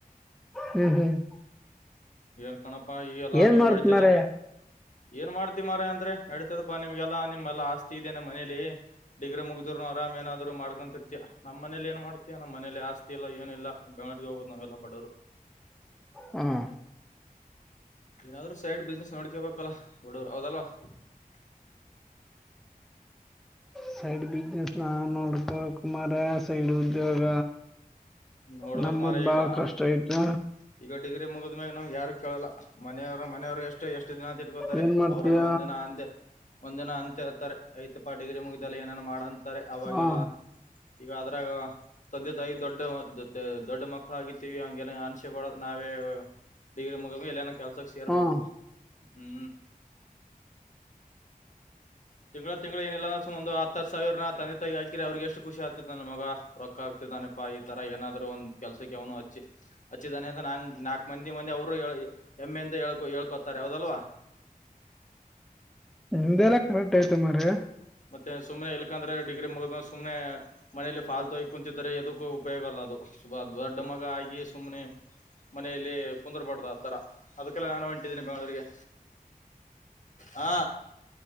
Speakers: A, in the centre; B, on the left.
A: ಹ್ಮ್ ಹ್ಮ್
B: ಏನ್ ಕಣಪಾ ಈಗೆಲ್ಲಾ
A: ಏನ್
B: ನೀವು
A: ಮಾಡ್ತ
B: ನಡತದ
A: ಮಾರ
B: ಏನ್ ಮಾಡ್ತ ಮರ ಅಂದ್ರೆ ನಡಿತದಪ್ಪಾ ನಿಮ್ಗೆಲ್ಲಾ ನಿಮ್ಮ್ಆಸ್ತಿ ಇದೆ ನಮ್ಮ ಮನೇಲಿ ಡಿಗ್ರೆ ಮುಗ್ದ್ರು ಅರಾಮ್ ನಾದ್ರು ಮಾಡ್ಕೊಂತಿರ್ತಾ ನಮ್ಮ ಮನೇಲಿ ಏನ್ ಮಾಡ್ತಿಯಾ ನಮ್ಮ ಮನೇಲಿ ಆಸ್ತಿ ಇಲ್ಲ ಏನಿಲ್ಲ ಬೆಂಗಳರಿಗೆ ಹೋಗಬೋದು ನಾವ್ಲಬಡವರು <unintelligible>
A: ಹ್ಮ್
B: ಏನಾದ್ರರು ಸೈಡ್ ಬಿಸ್ನೆಸ್ ನೋಡ್ಕೊಳ್ಬೇಕಲ್ಲ ಒಡೂರ್ ಹೌದಲ್ಲ <unintelligible>
A: ಸೈಡ್ ಬಿಸ್ನೆಸ್ ನ ನೋಡ್ಕ ಕುಮಾರ ಸೈಡ್ ಉದ್ಯೋಗ
B: ನೋಡ್ಬಕ್
A: ನಂಬುದ್
B: ಮಾರ
A: ಬಾಳ
B: ಈಗ
A: ಕಷ್ಟ ಐತ
B: ಈಗ ಡಿಗ್ರಿ ಮುಗದ್ಮಗ ನಾವ್ ಯಾರ್ ಇಕಲ್ಲ ಮನೆಯವರು ಮನೆಯವ್ರು ಎಷ್ಟು ಎಷ್ಟು ದಿನ ಅಂತ ಇಟ್ಕೋತಾರೆ
A: ಏನ್ ಮಾಡ್ತೀಯ
B: ಅವ್ರನ್ನು ಒಂದ್ನ ಅಂದೆ ಒಂದ್ನ ಅಂತ ಹತಾರೆ ಐತಪ್ಪ ಡಿಗ್ರಿ ಮುಗಿದಲ್ಲಿ ಏನೇನ ಮಾಡಂತಾರೆ ಅವಾಗೆಲ್ಲ
A: ಹಾ
B: ಈಗ ಅದ್ರಾಗ ತಂದೆ ತಾಯಿ ದೊಡ್ಡ ದೊಡ್ಡ ಮಕ್ಕಳುಾಗಿತಿವಿ ಹಂಗೆ ಅನಿಸೆಬಡೋದು ನಾವೇ ಡಿಗ್ರಿ ಮುಗ ಎಲ್ಲನ ಕೆಲ್ಸಕ್ಕೆ ಸೇರ್ಬೇಕು
A: ಹಾ
B: ಹ್ಮ್ ತಿಂಗಳತಿಂಗಳ ಏನಿಲ್ಲ ಒ ಹತ್ತು ಸಾವಿರ ನ ತಂದ ತಗ ಹಾಕಿರಿ ಅವ್ರಿಗೆ ಎಷ್ಟು ಖುಷಿ ಆತ ನ ಮಗ ರೊಕ್ಕ ಆಗ್ತತಿ ನಪ್ಪಾ ಈ ತರ ಏನಾದ್ರು ಒಂದ್ ಕೆಲ್ಸಕ್ಕೆ ಅವನು ಹಚ್ಚಿ ಹಚ್ಚಿದಾನೆ ಅಂತ ನಾ ನಾಕಕ್ ಮಂದಿ ಮಂದಿ ಅವ್ರು ಎಮ್ಮೆಂತ ಹಕೊ ಹೇಳ್ಕೋತಾರೆ ಯಾವದಲ್ವಾ
A: ಹ ಎಲ್ಲ ಕರೆಕ್ಟ್ ಆಯತ ಮಾರೆ
B: ಮತ್ತೆ ಸುಮನೆ ಇಲ್ಕಂದ್ರೆ ಡಿಗ್ರಿ ಮುಗ ಸುಮ್ನೆ ಮನೇೆಯಲ್ಲಿ ಫಾಲ್ ತೋ ಇ ಕುಂತಿದರೆ ಎದಕ್ಕೂ ಉಪಯೋಗ ಅಲ್ಲ ಅದು ಸಬಹ ದದು ಅಡಮಾಗ ಆಗ ಸುಮನೆ ಮನೆಯಲ್ಲಿ ಕುಂದರುಬಾರ್ದ ಆಥರ ಅದಕ್ಕೆಲ್ಲ ನಾನು ಹೊಂಟಿದ್ದೀನಿ ಬೆಂಗಳೂರಿಗೆ ಹಾ